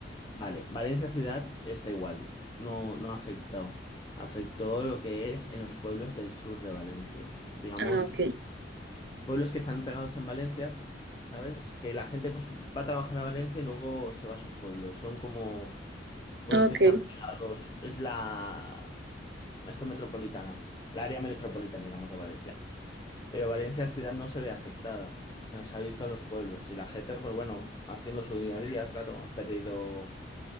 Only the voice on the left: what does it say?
Vale, Valencia ciudad está igual, no, no ha afectado. Afectó lo que es en los pueblos del sur de Valencia. Digamos,
pueblos que están pegados en Valencia, ¿sabes? Que la gente pues, va a trabajar a Valencia y luego se va a su pueblo. Son como pueblos
que están pegados, es la, esto metropolitana, la área metropolitana, digamos, de Valencia. Pero Valencia ciudad no se ve afectada, se les ha visto a los pueblos y la gente, pues bueno, haciendo su día a día, claro, han perdido